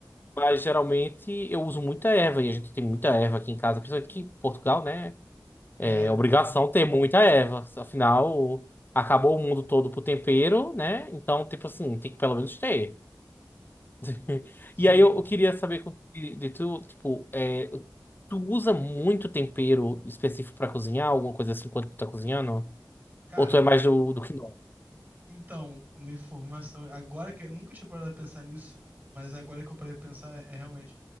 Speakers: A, on the left; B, on the right.
A: Mas geralmente eu uso muita erva, e a gente tem muita erva aqui em casa, principalmente que em Portugal, né?
B: É,
A: É obrigação
B: é,
A: ter muita erva. Afinal, acabou o mundo todo pro tempero, né? Então, tipo assim, tem que pelo menos ter. <laughs>
B: sim.
A: E aí eu, eu queria saber com- de, de tu, tipo, é, tu usa muito tempero específico pra cozinhar, alguma coisa assim, quando tu tá cozinhando?
B: Cara,
A: Ou tu é mais do, do que não?
B: então, uma informação. Agora que. Nunca tinha parado pra pensar nisso, mas agora que eu parei pra pensar, é é realmente.